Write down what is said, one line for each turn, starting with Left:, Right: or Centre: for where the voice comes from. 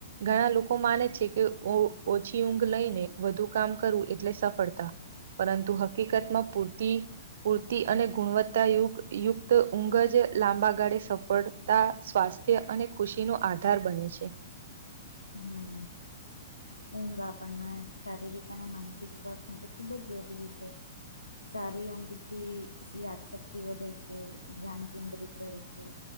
Right: ઘણા લોકો માને છે કે ઓ ઓછી ઊંઘ લઈને વધુ કામ કરવું એટલે સફળતા પરંતુ હકીકતમાં પૂરતી પૂરતી અને ગુણવત્તા ય યુક્ત ઊંઘ જ લાંબા ગાળે સફળ તા સ્વાસ્થ્ય અને ખુશી નો આધાર બને છે.
Left: હમ્મ ઊંઘ આપણને શારીરિક અને માનસિક સ્વાસ્થ માટે ખૂબ જ જરૂરી છે. સારી ઊંઘથી યાદશક્તિ ક્તિ વધે છે. ધ્યાન કેન્દ્રિત રહેે છે.